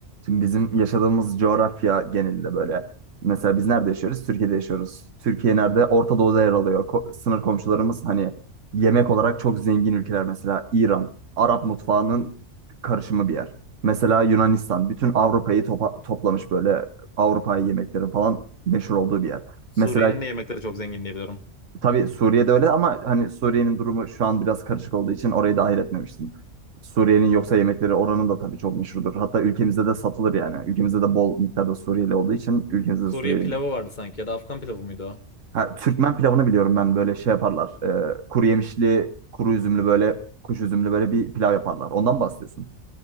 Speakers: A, on the right (about 80°); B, on the left (about 40°).
A: Şimdi bizim yaşadığımız coğrafya genelinde böyle. Mesela biz nerede yaşıyoruz? Türkiye'de yaşıyoruz. Türkiye nerede? Orta Doğu'da yer alıyor. Ko- sınır komşularımız hani yemek olarak çok zengin ülkeler mesela İran, Arap mutfağının karışımı bir yer. Mesela Yunanistan, bütün Avrupa'yı topa- toplamış böyle Avrupa yemeklerin falan meşhur olduğu bir yer.
B: Suriye'nin
A: Mesela
B: de yemekleri çok zengin diye biliyorum.
A: Tabii Suriye'de öyle ama hani Suriye'nin durumu şu an biraz karışık olduğu için orayı dahil etmemiştim. Suriye'nin yoksa yemekleri oranın da tabii çok meşhurdur. Hatta ülkemizde de satılır yani. Ülkemizde de bol miktarda Suriyeli olduğu için ülkemizde
B: Suriye
A: de Suriyeli.
B: pilavı vardı sanki ya da Afgan pilavı mıydı o?
A: Ha, Türkmen pilavını biliyorum ben böyle şey yaparlar. Ee, kuru yemişli, kuru üzümlü böyle kuş üzümlü böyle bir pilav yaparlar. Ondan mı bahsediyorsun?